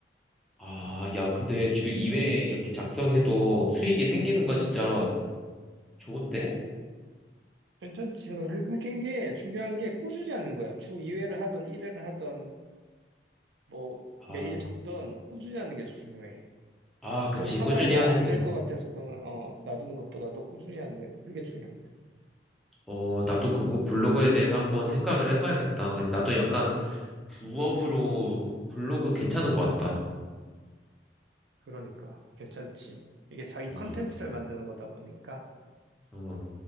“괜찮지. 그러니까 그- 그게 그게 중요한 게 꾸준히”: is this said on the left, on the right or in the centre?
Right